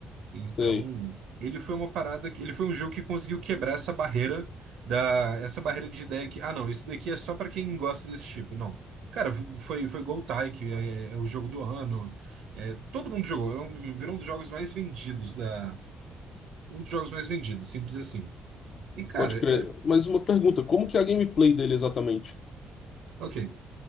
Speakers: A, on the right; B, on the left.
A: Então,
B: Sei.
A: ele foi uma parada que ele foi um jogo que conseguiu quebrar essa barreira da essa barreira de ideia que ah não, isso daqui é só pra quem gosta desse tipo. Não. Cara, foi foi Goltai, que é, é é o jogo do ano. É, todo mundo jogou, é um- virou um dos jogos mais vendidos da um dos jogos mais vendidos, simples assim. E cara,
B: Pode crer.
A: é
B: Mas uma pergunta: como que é a gameplay dele exatamente?
A: OK.